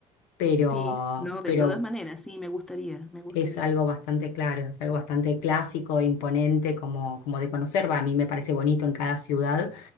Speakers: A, on the left; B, in the centre.
A: pero,
B: Sí, no, de
A: pero
B: todas maneras, sí, me gustaría, me gustaría.
A: es algo bastante claro, es algo bastante clásico, e imponente, como, como de conocer, va, a mí me parece bonito en cada ciudad.